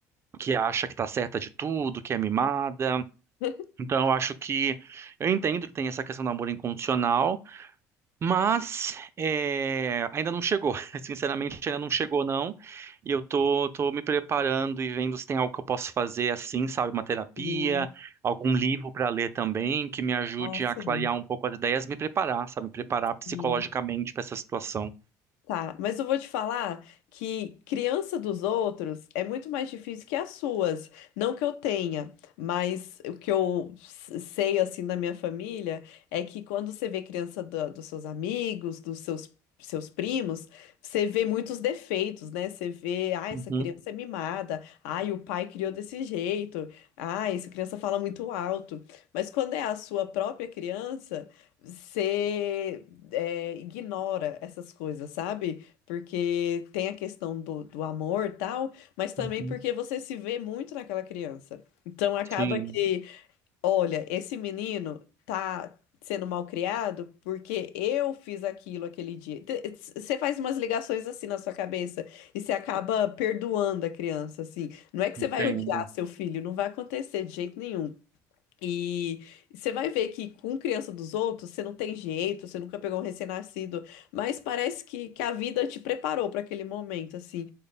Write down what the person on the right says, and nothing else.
que acha que tá certa de tudo, que é mimada.
Então eu acho que eu entendo que tem essa questão do amor incondicional, mas é, ainda não chegou. <laughs> Sinceramente, ainda não chegou, não. E eu tô, tô me preparando e vendo se tem algo que eu posso fazer assim, sabe? Uma terapia,
algum livro para ler também, que me ajude
a clarear um pouco as ideias, me preparar, sabe? Me preparar psicologicamente
para essa situação.
Uhum,
uhum.
Sim,
entendo.